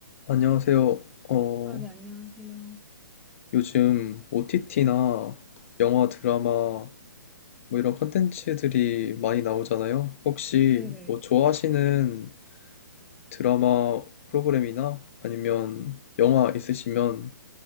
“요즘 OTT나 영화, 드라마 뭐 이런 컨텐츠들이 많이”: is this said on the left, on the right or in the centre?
Left